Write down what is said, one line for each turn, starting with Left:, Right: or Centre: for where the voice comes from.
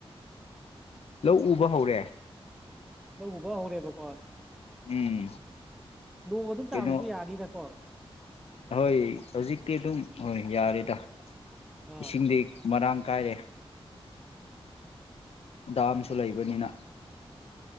Left: ꯂꯧ ꯎꯕ ꯍꯧꯔꯦ
Centre: ꯂꯧꯕꯕ ꯍꯧꯔꯦꯕꯀꯣ
Left: ꯎꯝ
Centre: ꯅꯣꯡ ꯑꯗꯨꯝ ꯇꯥꯕꯅꯤꯅ
Left: ꯀꯩꯅꯣ
Centre: ꯌꯥꯅꯤꯗꯀꯣ
Left: ꯍꯣꯏ ꯍꯧꯖꯤꯛꯀꯤ ꯑꯗꯨꯝ ꯍꯣꯏ ꯌꯥꯔꯦꯗ
Centre: ꯑꯥ
Left: ꯏꯁꯤꯡꯗꯤ ꯃꯔꯥꯡ ꯀꯥꯏꯔꯦ ꯗꯥꯝꯁꯨ ꯂꯩꯕꯅꯤꯅ